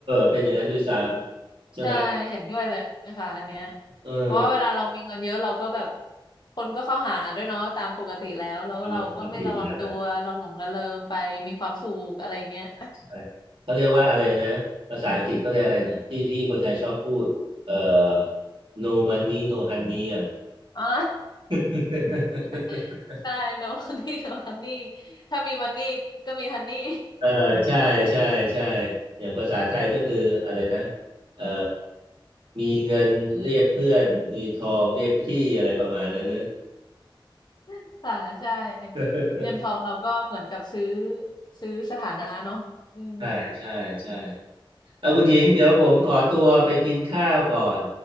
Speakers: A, on the right; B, on the left.
A: เป็นอย่างนั้นด้วยซ้ำใช่ไหม
B: ใช่เห็นด้วยเลยค่ะอันเนี้ย
A: เออ
B: เพราะว่าเวลาเรามีเงินเยอะเราก็แบบคนก็เข้าหาด้วยเนาะตามปกติแล้วแล้วเราก็ไม่ระวังตัวเราหลงระเริงไปมีความสุขอะไรเงี้ย
A: ทำมันปกติอยู่แล้วล่ะใช่เขาเรียกว่าอะไรนะภาษาอังกฤษเขาเรียกอะไรนะที่ที่คนไทยชอบพูดเอ่อ no money no honey อ่ะ
B: <laughs> อ่า
A: <laughs>
B: <laughs> ใช่ no money no honey ถ้ามีมันนี่ก็มีฮันนี่
A: เออใช่ใช่ใช่อย่างภาษาไทยก็คืออะไรนะเออมีเงินเรียกเพื่อนมีทองเรียกพี่อะไรประมาณนั้นเนอะ
B: <laughs> ค่ะใช่
A: <laughs>
B: เงินทองเราก็เหมือนกับซื้อซื้อสถานะเนาะอืม
A: ใช่ใช่ใช่ เอาคุณหญิงเดี๋ยวผมขอตัวไปกินข้าวก่อน
B: อืม